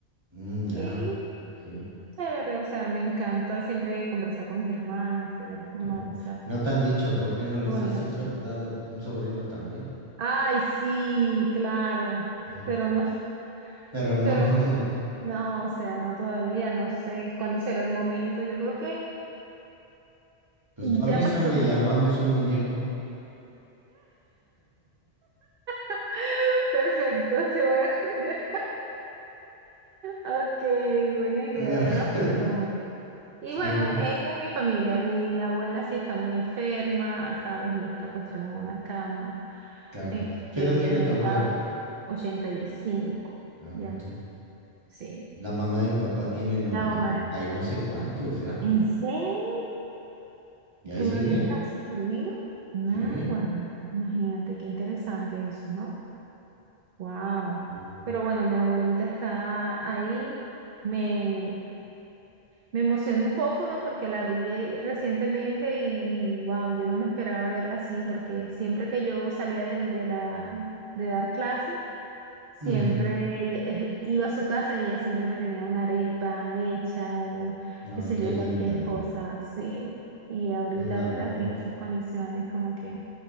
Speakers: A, on the right; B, on the right.
A: Mm, ya,
B: Y
A: ok,
B: chévere, o sea, me encanta siempre conversar con mis hermanos, tener como
A: claro.
B: esa,
A: ¿No te han dicho por qué no
B: esa
A: les
B: comunicación.
A: has hecho dado un sobrino también?
B: Ay, sí, claro,
A: Sí.
B: pero no,
A: Pero
B: <laughs>
A: no,
B: pero no,
A: <laughs>
B: no, o sea, no todavía, no sé cuándo será el momento. Yo creo que
A: pues tú avísame
B: ya pasó.
A: y armamos un muñeco.
B: <laughs> Perfecto, te voy a <laughs> cuidar. Ok, buena idea,
A: Ah,
B: buena opción.
A: <laughs>
B: Y
A: Sí,
B: bueno,
A: ¿no?
B: esa es mi familia. Mi abuela sí está muy enferma, ¿sabes? Ella está postrada en una cama.
A: Claro.
B: Este,
A: ¿Qué edad tiene
B: le
A: tu
B: han
A: abuela?
B: dado 85.
A: Ah,
B: ya,
A: no manches.
B: sí.
A: La mamá de mi papá tiene noventa
B: La mamá,
A: y no sé cuántos ya.
B: ¿en serio?
A: ¿Y ahí
B: ¿Todavía
A: sigue?
B: está súper viva? Náguara,
A: Sí.
B: imagínate, qué interesante eso, ¿no? Wow.
A: Sí.
B: Pero bueno, mi abuelita está ahí. Me, Me emocionó un poco, ¿no? Porque la vi eh, recientemente y, wow, yo no me esperaba verla así, porque siempre que yo salía del- de, la, de dar clase, siempre
A: Ujú.
B: ella- eh, iba a su casa y ella siempre me tenía una arepa hecha o
A: No,
B: qué sé
A: qué
B: yo,
A: linda.
B: cualquier cosa, sí. Y ahorita
A: Un amor.
B: verla así, en esas condiciones, como que